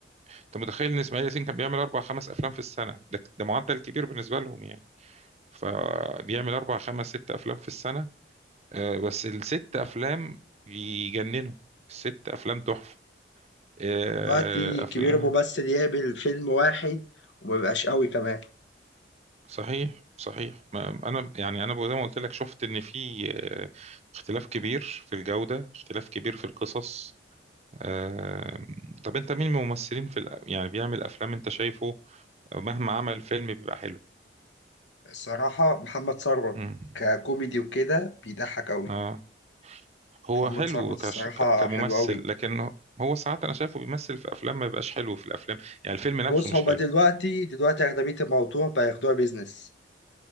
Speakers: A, on the right; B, on the left.
A: انت متخيل ان اسماعيل ياسين كان بيعمل اربع خمس افلام في السنه ده ده معدل كبير بالنسبه لهم يعني فبيعمل اربع خمس ست افلام في السنه آه بس الست افلام يجننوا الست افلام تحفه آه
B: دلوقتي
A: افلام
B: كبير ممثل يعمل فيلم واحد ومبقاش قوي كمان
A: صحيح صحيح ما انا يعني انا زي ما قلت لك شفت ان في آه، اختلاف كبير في الجوده اختلاف كبير في القصص آم، طب انت مين من الممثلين في الأ... يعني بيعمل افلام انت شايفه مهما عمل فيلم بيبقى حلو
B: الصراحة محمد ثروت
A: مم.
B: ككوميدي وكده بيضحك قوي
A: اه هو
B: محمد
A: حلو
B: ثروت
A: كش...
B: الصراحة
A: ك... كممثل
B: حلو قوي
A: لكن هو ساعات انا شايفه بيمثل في افلام ما بيبقاش حلو في الافلام يعني الفيلم نفسه
B: بص
A: مش
B: هما
A: حلو
B: دلوقتي دلوقتي أغلبية الموضوع بياخدوها بيزنس